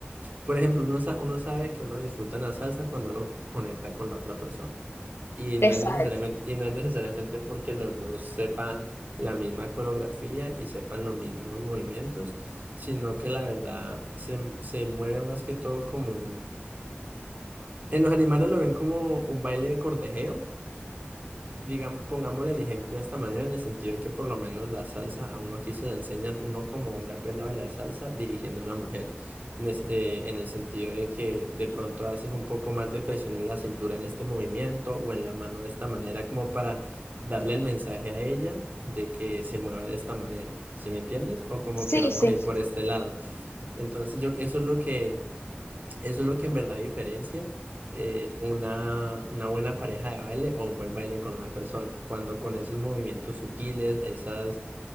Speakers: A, on the right; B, on the left.
A: por ejemplo, uno, sa- uno sabe que uno disfruta la salsa cuando uno conecta con la otra persona. Y
B: Exacto.
A: no es necesariamente, y no es necesariamente porque los dos sepan la misma coreografía y sepan los mismos movimientos, sino que la verdad se, se mueve más que todo como un... En los animales lo ven como un baile de cortejeo, Digamos, pongámosle el ejemplo de esta manera, en el sentido de que por lo menos la salsa a uno aquí se le enseñan, uno como hombre aprende a bailar salsa dirigiendo a la mujer, en, eh, en el sentido de que de pronto haces un poco más de presión en la cintura en este movimiento o en la mano de esta manera, como para darle el mensaje a ella de que se mueva de esta manera, ¿sí me entiendes? O como
B: Sí,
A: que vamos
B: sí.
A: a ir por este lado. Entonces yo, eso es lo que... Eso es lo que en verdad diferencia eh, una, una buena pareja de baile o un buen baile con una persona. Cuando con esos movimientos sutiles, esas,